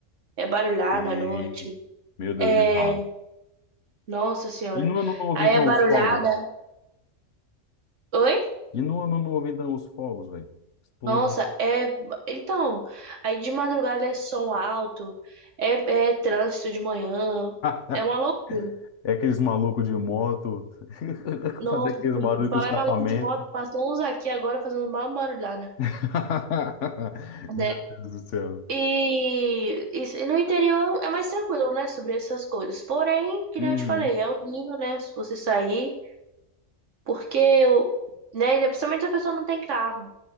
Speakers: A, on the right; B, on the left.
A: É barulhada
B: É.
A: à noite.
B: Meu Deus,
A: É
B: nem fala.
A: Nossa senhora.
B: E no ano novo,
A: Aí
B: então,
A: é barulhada.
B: os fogos?
A: Oi?
B: E no ano novo, então, os fogos, velho? Estouro.
A: Nossa, é. Então, aí de madrugada é som alto, é, é trânsito de manhã,
B: <laughs>
A: é uma loucura.
B: É aqueles malucos de moto, <laughs>
A: Nossa,
B: fazer aqueles
A: assim,
B: barulhos
A: falar
B: com escapamento.
A: em maluco de moto, passou uns aqui agora fazendo uma barulhada,
B: <laughs>
A: né?
B: Meu Deus do céu.
A: E, e no interior é mais tranquilo, né, sobre essas coisas. Porém, que
B: Uhum.
A: nem eu te falei, é horrível, né, se você sair, porque, o- né, ainda principalmente se a pessoa não tem carro,